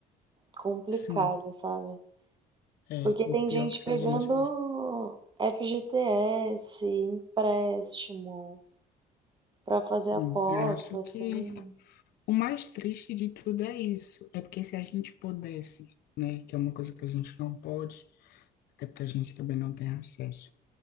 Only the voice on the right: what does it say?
complicado,
sabe?
Porque
tem
gente
pegando
FGTS, empréstimo, pra fazer
aposta,
assim.